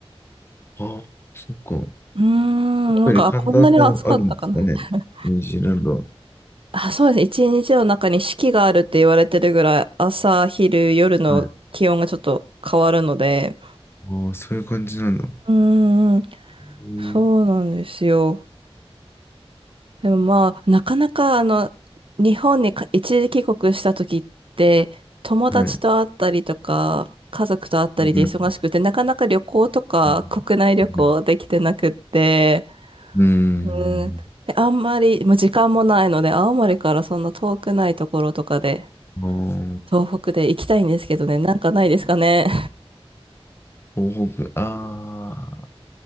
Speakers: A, on the left (about 25°); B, on the right (about 60°).
A: ああ、そっか。やっ
B: うーん、なんか、
A: ぱり寒暖差あるんですかね、
B: あこんなに暑かったかな。<laughs>
A: ニュージーランドは。
B: あ、そうですね。一日の中に四季があるって言われてるぐらい、朝、昼、夜の気温がちょっと変わるので。
A: はい。ああ、そういう感じなんだ。
B: うーん、
A: へえ
B: そうなんですよ。でもまあ、なかなかあの、日本にか一時帰国した時って、友達と会ったりとか、
A: はい。
B: 家族と会ったりで忙しくて、
A: うん。
B: なかなか旅行とか国内旅行できてなくって、
A: うん。うん。
B: うん。で、あんまり、もう時間もないので、青森からそんな遠くないところとかで、
A: ああ、はい
B: 東北で行きたいんですけどね、なんかないですかね。
A: 東北、あ